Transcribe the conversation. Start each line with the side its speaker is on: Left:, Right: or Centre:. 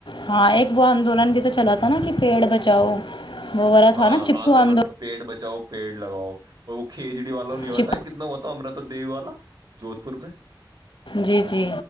Left: ہاں ایک وہ آندولن بھی تو چلا تھا نا کہ پیڑ بچاؤ وہ والا تھا
Right: ہاں
Left: نا چپکو
Right: آندولن
Left: آندو
Right: پیٹ بچ جاؤ پیڑ لگاؤ اور وہ کھیچڑ والا نہیں
Left: چپ
Right: ہوتا ہے کتنا ہوتا امرت دیی والا جودھ پور میں
Left: جی جی